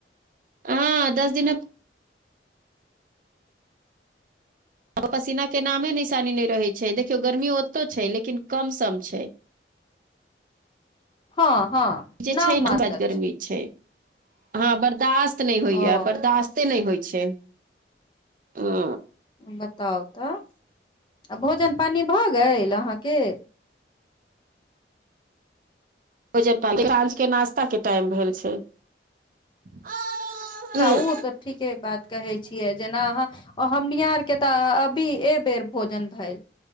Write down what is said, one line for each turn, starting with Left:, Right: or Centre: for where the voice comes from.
Right: हँ दस दिन पसीना के नामे निशानी नहि रहे छै, देखियो गर्मी ओतो छै, लेकिन कम सम छै।
Left: हँ हँ।
Right: जे
Left: नाम
Right: छै ने,
Left: मात्र
Right: बड़ गर्मी छै हँ, बर्दाश्त नहि होइए,
Left: ओ
Right: बर्दाश्त ते नहि होइ छै, ओ।
Left: बताउ तऽ, आ भोजन पानी भऽ गेल अहाँके।
Right: भोजन पानी, साँझ के नाश्ता के टाइम भेल छै। ह
Left: न ओ तऽ ठीके बात कहै छै। छियै, जेना अहाँ हमनिहाररके तऽ अभी एहि बेर भोजन भेल।